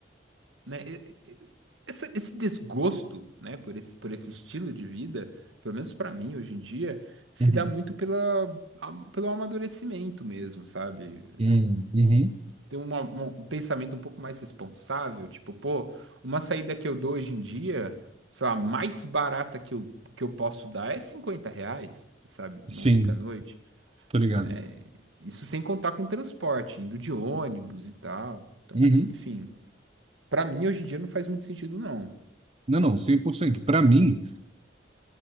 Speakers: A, on the right; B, on the right.
A: né, e- e- essa- esse desgosto, né, por esse, por esse estilo de vida, pelo menos pra mim hoje em dia, se
B: uhum,
A: dá muito pela, a- pelo amadurecimento mesmo, sabe?
B: uhum, uhum.
A: ter uma- uma- um pensamento um pouco mais responsável, tipo, pô, uma saída que eu dou hoje em dia, sei lá, mais barata que eu, que eu posso dar é 50 reais, sabe?
B: Sim,
A: Uma única noite,
B: tô ligado.
A: né? Isso sem contar com transporte, indo de ônibus e tal. Então,
B: Uhum.
A: enfim, pra mim hoje em dia não faz muito sentido, não.
B: Não, não, 100%. Para mim,